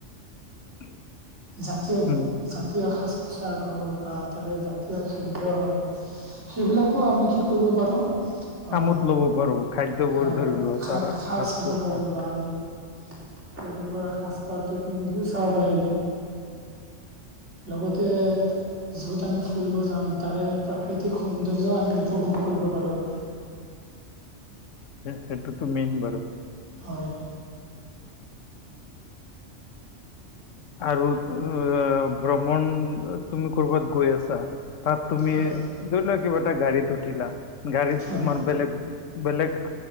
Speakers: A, on the left; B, on the right.
A: <unintelligible>
B: জাতীয়
A: উম
B: জাতীয় সাজ পোচাক হওক বা তাৰে জাতীয় খাদ্য হওক, সেইবিলাকো আমি কি কৰিব পাৰো। অ
A: আমোদ ল'ব পাৰো খাদ্যবোৰ
B: অ
A: ধৰি লোৱা
B: খা
A: তাৰ
B: খাই
A: সাজ
B: চাব
A: পোছাক
B: পাৰো বা আমি। তেওঁলোকৰ সাজপাৰতটো পিন্ধিও চাব পাৰিলো হয়। লগতে। য'ত আমি ফুৰিব যাম তাৰে প্ৰাকৃতিক সৌন্দৰ্যও আমি উপভোগ কৰিব পাৰোঁ।
A: সেইটোতো মেইন বাৰু
B: হয়
A: আৰু অঁ ভ্ৰমণ তুমি কৰ'বাত গৈ আছা? তাত তুমি
B: হয়
A: ধৰি লোৱা কিবা এটা গাডীত উঠিলা, গাড়ীত
B: হয়
A: তোমাৰ বেলেগ বেলেগ